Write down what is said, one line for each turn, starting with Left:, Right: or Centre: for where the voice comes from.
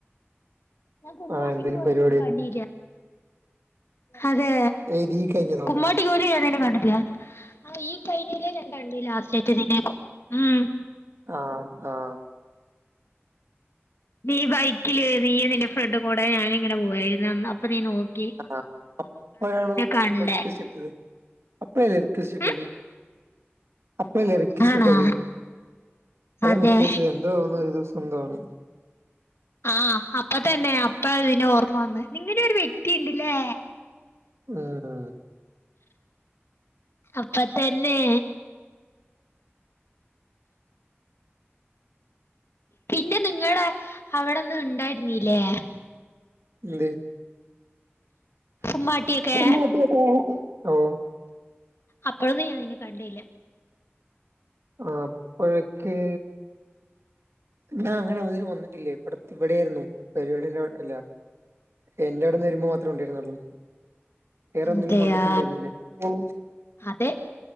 Left: ഞാൻ കുമ്മാട്ടിക്ക്
Right: ആ എന്തേലും
Left: പോയത്
Right: പരിപാടി
Left: നിന്നെ കണ്ടീല്ല അതെ
Right: ഏത് ഈ കഴിഞ്ഞതോ
Left: കുമ്മാട്ടിക്ക് പോയിട്ടും ഞാൻ നിന്നെ കണ്ടിട്ടില്ല ആഹ് ഈ ഫൈനല രണ്ടാണ്ട് ലാസ്റ്റ് ഡേറ്റ് നിനെ ഉം
Right: ആഹ് ആഹ്
Left: നീ ബൈക്കില് നീയും നിന്റെ ഫ്രണ്ടും കൂടെ ഞാൻ ഇങ്ങനെ പോവായിരുന്നുന്ന് അപ്പൊ നീ നോക്ക
Right: ആഹ് അപ്പഴാണ്
Left: കണ്ടേ
Right: റിക്വസ്റ്റ് ഇട്ടത് അപ്പഴ റിക്വസ്റ്റ് ഇട്ടത്
Left: ഉം
Right: അപ്പോഴല്ല റിക്വസ്റ്റ്
Left: ആണാ
Right: ഇട്ടത് അതോ
Left: അതെ
Right: മെസ്സേജ് അയച്ചത് എന്തോന്ന ഒരു ദിവസം എന്തോണ്
Left: ആഹ് അപ്പ തന്നെ അപ്പ നിന്ന ഓർമ്മ വന്ന ഇങ്ങനാ ഒരു വ്യക്തിയുണ്ടല്ലേ
Right: ആഹ്
Left: അപ്പൊ തന്നെ പിന്നെ നിങ്ങള അവിടെന്ന് ഉണ്ടായിരുന്നില്ലേ
Right: എന്തെ
Left: കുമ്മാട്ടിയൊക്കെ
Right: മടിയൊക്കെ ഓ
Left: അപ്പോഴന്നും ഞാൻ നിന്നെ കണ്ടില്ല
Right: ആഹ് അപ്പോഴോക്കെ ഞാൻ അങ്ങനെ ആ വഴി വന്നിട്ടില്ല ഇവിടത്ത് ഇവിടെയായിരുന്നു പരിപാടിന്റെ അല്ല എന്റെ അവിടുന്ന് വരുമ്പോ മാത്രമേ ഉണ്ടായിരുന്നുള്ളൂ വേറെ ഒന്നിലും
Left: അതെയാ
Right: വന്നിട്ടുണ്ടായിരുന്നില്ലേ
Left: അതെ